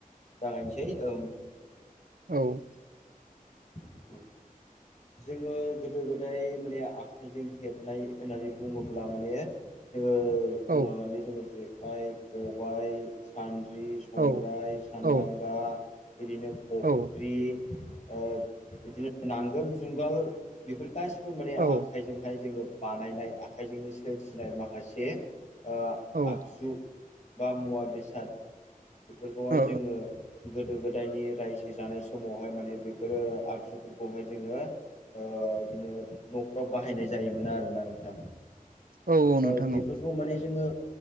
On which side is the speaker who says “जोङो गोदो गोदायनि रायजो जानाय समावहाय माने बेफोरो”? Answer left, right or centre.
Left